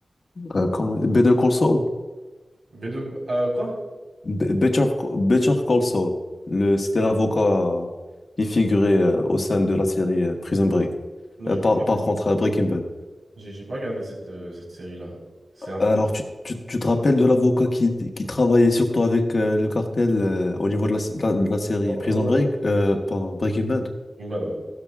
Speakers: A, on the left; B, on the right.
A: euh, comment... Better Call Saul?
B: B2, euh, quoi?
A: Be- Better, Better Call Saul. Le, c'était l'avocat euh, qui figurait euh, au sein de la série euh, Prison Break.
B: Non, j'ai
A: Euh, par,
B: pas,
A: par contre, euh, Breaking Bad.
B: j'ai j'ai pas regardé cette, euh, cette série-là. C'est un peu.
A: Alors, tu, tu, tu te rappelles de l'avocat qui, qui travaillait surtout avec euh, le cartel euh, au niveau de la, de la- de la série
B: Oh,
A: Prison Break,
B: ouais,
A: euh,
B: ouais.
A: pardon, Breaking Bad?
B: Breaking Bad, ouais.